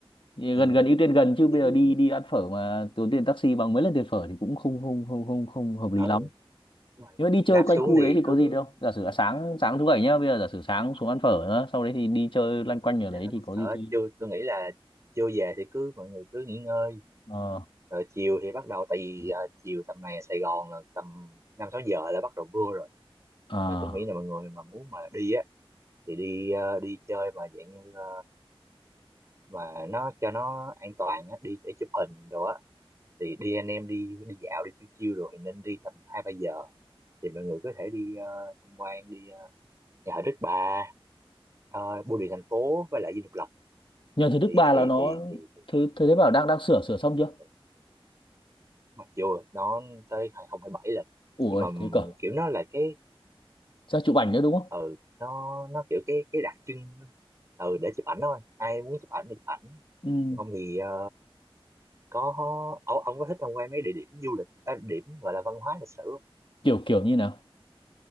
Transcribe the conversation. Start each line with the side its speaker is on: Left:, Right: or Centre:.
Left: gần
Right: ừ.
Left: gần ưu tiên gần chứ bây
Right: thì
Left: giờ đi đi ăn phở mà tốn tiền taxi bằng mấy lần tiền phở thì cũng không không không không không hợp lý
Right: ừ
Left: lắm
Right: đúng rồi.
Left: nhưng mà đi chơi
Right: đáp
Left: quanh
Right: xuống
Left: khu
Right: thì
Left: đấy thì có
Right: cứ
Left: gì đâu giả sử là sáng sáng thứ bảy nhá bây giờ giả sử sáng xuống ăn phở nữa, sau đấy thì đi chơi loanh quanh ở
Right: À,
Left: đấy thì có
Right: Sợ
Left: gì chơi
Right: chưa tôi nghĩ là chưa về thì cứ mọi người cứ nghỉ ngơi
Left: ờ
Right: rồi chiều thì bắt đầu tại vì à, chiều tầm này Sài Gòn là tầm năm sáu giờ là bắt đầu mưa rồi
Left: à
Right: là tôi nghĩ là mọi người mà muốn mà đi á thì đi à, đi chơi mà dạng như à, mà nó cho nó an toàn á đi để chụp hình đồ á thì đi anh em đi đi dạo đi chiêu chiêu rồi thì nên đi tầm hai ba giờ thì mọi người có thể đi à, tham quan đi à, nhà thờ Đức Bà uh, bưu điện thành phố với lại Dinh Độc Lập
Left: nhờ thứ Đức
Right: thì
Left: Bà
Right: thì
Left: là nó
Right: thì thì,
Left: thứ thứ thế bảo đang đang sửa sửa xong chưa
Right: thì mặc dù nó tới 2027 là
Left: ủa
Right: nhưng
Left: ơi,
Right: mà
Left: thế cơ
Right: kiểu nó là cái
Left: ra chụp ảnh nữa đúng không
Right: ừ nó nó kiểu cái cái đặc trưng ừ để chụp ảnh thôi ai muốn chụp ảnh thì chụp ảnh
Left: ừ.
Right: Còn không thì ờ, có ông, ông có thích tham quan mấy địa điểm du lịch à, điểm gọi là văn hóa lịch sử không?
Left: kiểu kiểu như nào